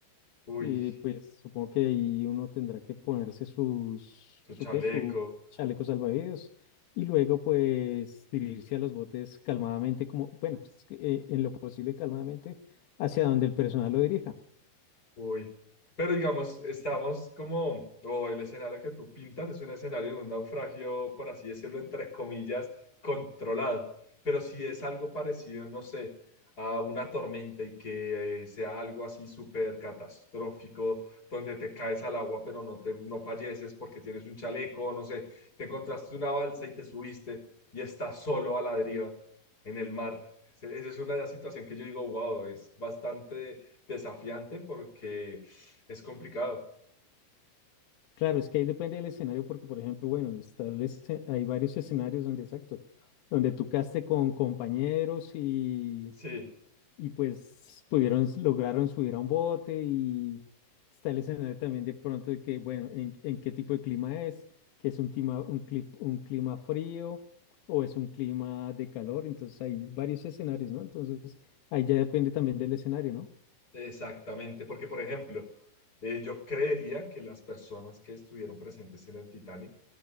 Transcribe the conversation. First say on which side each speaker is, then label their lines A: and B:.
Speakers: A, on the left (about 25°); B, on the left (about 80°).
A: uy,
B: Y pues supongo que ahí uno tendrá que ponerse sus,
A: su
B: su
A: chaleco,
B: qué, su chaleco salvavidas y luego pues dirigirse a los botes calmadamente, como, bueno, pues, que, eh, en lo posible calmadamente hacia donde el personal lo dirija.
A: Uy. Pero digamos, estamos como, o el escenario que tú pintas es un escenario de un naufragio, por así decirlo, entre comillas, controlado. Pero si es algo parecido, no sé, a una tormenta y que eh, sea algo así súper catastrófico, donde te caes al agua pero no te, no falleces porque tienes un chaleco, no sé, te encontraste una balsa y te subiste y estás solo a la deriva en el mar. Ese- Esa es una situación que yo digo, wow, es bastante desafiante porque es complicado.
B: Claro, es que ahí depende del escenario porque, por ejemplo, bueno, está el esce- hay varios escenarios donde, exacto, donde tú caste con compañeros y
A: Sí,
B: y pues pudieron, lograron subir a un bote y está el escenario también de pronto de que, bueno, en, en qué tipo de clima es, que es un clima, un clip, un clima frío o es un clima de calor, entonces hay varios escenarios, ¿no? Entonces ahí ya depende también del escenario, ¿no?
A: Exactamente, porque por ejemplo, eh, yo creería que las personas que estuvieron presentes en el Titanic,